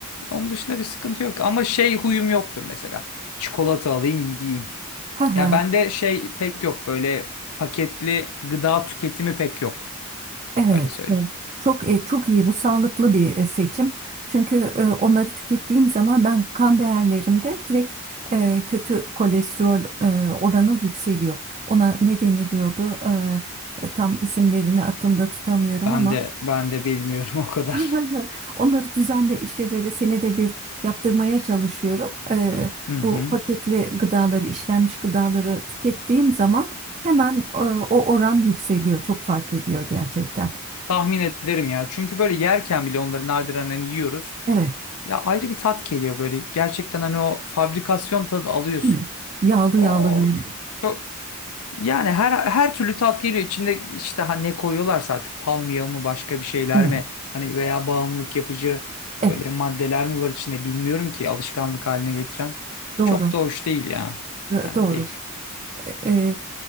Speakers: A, on the left; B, on the right.
A: Onun dışında bir sıkıntı yok. Ama şey huyum yoktur mesela. Çikolata alayım yiyeyim.
B: Ha
A: Ya
B: ha.
A: bende şey pek yok böyle paketli gıda tüketimi pek yok.
B: Evet,
A: Öyle söyleyeyim.
B: evet. Çok e, çok iyi bu sağlıklı bir e, seçim. Çünkü e, onları tükettiğim zaman ben kan değerlerimde direkt e, kötü kolesterol e, oranı yükseliyor. Ona ne deniliyordu? E, e, tam isimlerini aklımda tutamıyorum
A: Ben
B: ama
A: de ben de bilmiyorum <laughs> o kadar.
B: <laughs> onları düzenle işte böyle senede bir yaptırmaya çalışıyorum. E,
A: Hı hı.
B: bu paketli gıdaları, işlenmiş gıdaları tükettiğim zaman hemen e, o oran yükseliyor. Çok fark ediyor gerçekten.
A: Tahmin ederim ya. Çünkü böyle yerken bile onları nadiren hani yiyoruz.
B: Evet.
A: Ya ayrı bir tat geliyor böyle. Gerçekten hani o fabrikasyon tadı alıyorsun.
B: Evet. Yağlı
A: O
B: yağlı böyle.
A: çok- yani her her türlü tat geliyor. İçinde işte hani ne koyuyorlarsa artık palmiye mı başka bir şeyler
B: Evet,
A: mi hani veya bağımlılık yapıcı
B: evet.
A: böyle maddeler mi var içinde bilmiyorum ki alışkanlık haline getiren.
B: Doğru.
A: Çok da hoş değil ya.
B: e,
A: Yani
B: Doğru.
A: değil.
B: E, e,